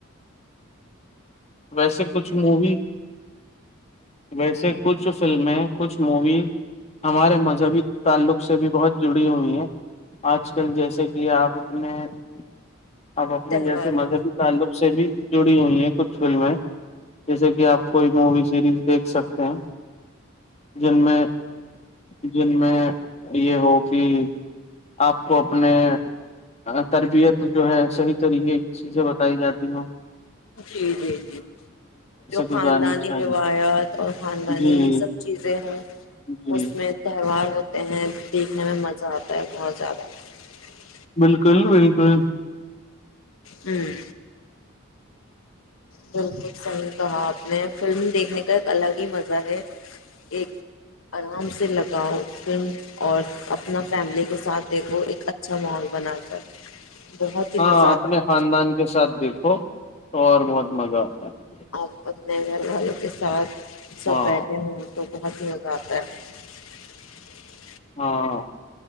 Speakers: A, on the left; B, on the left.
A: ویسے کچھ مووی ویسے کچھ فلمیں کچھ مووی ہمارے مذہبی تعلق سے بھی بہت جڑی ہوئی ہیں آج کل جیسے کہ آپ اپنے <unintelligible> اپ اپنے
B: تہواروں
A: جیسے مذہبی تعلق سے بھی <unintelligible> جڑی ہوئی ہے کچھ <unintelligible> فلمیں جیسے کہ آپ کوئی مووی سیریز دیکھ سکتے ہیں جن میں جن میں یہ ہو کہ آپ کو اپنے <unintelligible> تربیت جو ہے صحیح طریقے کی چیزیں بتائی جاتی جل <unintelligible>
B: جی جی جی جو
A: گزارنی
B: خاندانی
A: چاہیے
B: روایات اور خاندانی
A: جی
B: یہ سب چیزیں ہیں
A: جی
B: اس میں تہوار ہوتا <unintelligible> ہیں دیکھنے میں مزہ آتا ہے بہت زیادہ <unintelligible>
A: بالکل بالکل
B: ہوں <unintelligible> بالکل صحیح کہا آپ نے فلم دیکھنے کا ایک الگ ہی مزہ ہے ایک آرام سے لگاؤ فلم اور اپنا فیملی کے ساتھ دیکھو ایک اچھا ماحول بنا کر بہت ہی
A: ہاں
B: مزہ
A: اپنے
B: آتا ہے
A: خاندان کے ساتھ بھی تو اور بہت مزہ آتا ہے <unintelligible>
B: آپ اپنے گھر والوں کے ساتھ <unintelligible>
A: ہے
B: سب
A: ہاں
B: بہتےے ہ تو <unintelligible> بہت مزہ آتا ہے <unintelligible>
A: ہاں <unintelligible>